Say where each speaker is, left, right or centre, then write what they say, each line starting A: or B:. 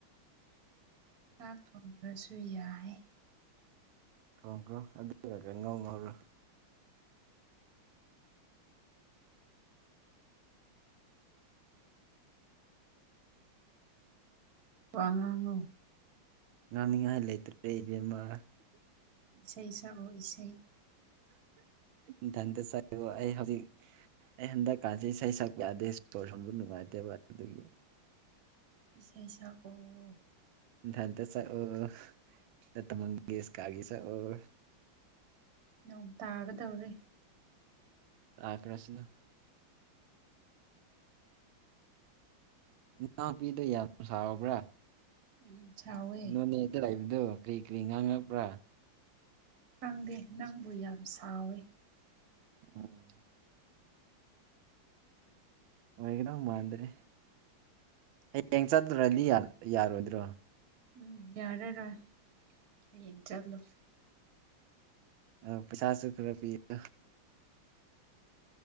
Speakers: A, on the right (about 50°); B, on the right (about 75°).
A: ꯆꯥꯛ ꯊꯣꯡ ꯗ꯭ꯔꯁꯨ ꯌꯥꯏ
B: ꯊꯣꯡꯈ꯭ꯔꯣ ꯑꯗꯨꯒ ꯀꯪꯉꯧ ꯉꯧꯔꯣ꯫
A: ꯋꯥ ꯉꯥꯡꯉꯣ꯫
B: ꯉꯥꯡꯅꯤꯉꯥꯏ ꯂꯩꯇ꯭ꯔꯦ ꯏꯕꯦꯝꯃ꯫
A: ꯏꯁꯩ ꯁꯛꯑꯣ ꯢꯁꯩ꯫
B: ꯏꯊꯟꯇ ꯆꯣ ꯑꯩ ꯍꯧꯖꯤꯛ ꯑꯩ ꯍꯟꯗꯛꯀꯥꯟꯁ ꯏꯁꯩ ꯁꯛꯄ ꯌꯥꯗꯦ ꯁꯣꯔ ꯁꯣꯟꯕ ꯅꯨꯡꯉꯥꯏꯇꯦꯕ ꯑꯗꯨꯒꯤ꯫
A: ꯏꯁꯩ ꯁꯛꯑꯣ꯫
B: ꯏꯟꯊꯟꯇ ꯁꯛꯑꫭ ꯂꯥꯇ ꯃꯪꯒꯦꯁꯀꯥꯔꯒꯤ ꯁꯛꯑꯣ꯫
A: ꯅꯣꯡ ꯇꯥꯒꯗꯧꯔꯦ꯫
B: ꯇꯥꯒ꯭ꯔꯁꯅꯨ꯫ ꯅꯅꯥꯎ ꯅꯨꯄꯤꯗꫭ ꯌꯥꯝ ꯁꯥꯎꯕ꯭ꯔꯥ꯫
A: ꯎꯝ ꯁꯥꯎꯋꯦ
B: ꯅꯣꯅꯦꯗ ꯂꯩꯕꯗꯨ ꯀꯔꯤ-ꯀꯔꯤ ꯉꯥꯡꯉꯛꯄ꯭ꯔꯥ꯫
A: ꯀꯪꯗꯦ ꯅꯪꯕꯨ ꯌꯥꯝ ꯁꯥꯎꯋꯦ꯫
B: ꯎꯝ ꯑꯣꯏꯒꯗꯧ ꯃꯥꯟꯗ꯭ꯔꯦ꯫ ꯍꯌꯦꯡ ꯆꯗꯔꯗꯤ ꯌꯥꯜ ꯌꯥꯔꯣꯏꯗ꯭ꯔꯣ꯫
A: ꯎꯝ ꯌꯥꯔꯔꯣꯏ ꯍꯌꯦꯡ ꯆꯠꯂꯨ꯫
B: ꯑ ꯄꯩꯁꯥꯁꯨ ꯈꯔ ꯄꯤꯌꫭ꯫